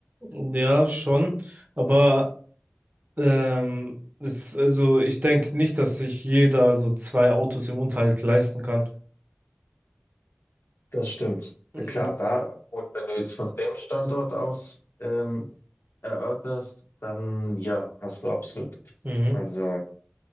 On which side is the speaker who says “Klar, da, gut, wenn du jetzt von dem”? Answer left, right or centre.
Left